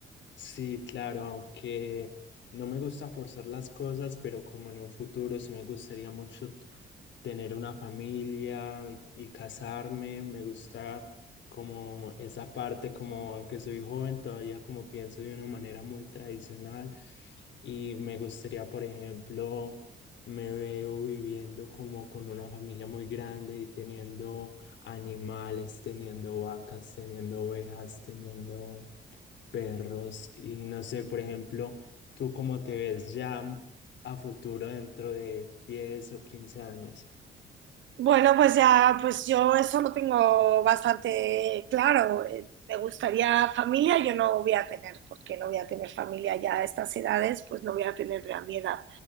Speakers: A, on the left (about 65°); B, on the right (about 70°).
A: Sí, claro, aunque no me gusta forzar las cosas, pero como en un futuro sí me gustaría mucho tener una familia y, y casarme, me gusta como esa parte, como aunque soy joven, todavía como pienso de una manera muy tradicional y me gustaría, por ejemplo, me veo viviendo como con una familia muy grande y teniendo animales, teniendo vacas, teniendo ovejas, teniendo perros y no sé, por ejemplo, ¿tú cómo te ves ya a futuro dentro de 10 o 15 años?
B: Bueno, pues ya, pues yo eso lo tengo bastante claro. Eh, Me gustaría familia, yo no voy a tener, porque no voy a tener familia ya a estas edades, pues no voy a tener a mi edad.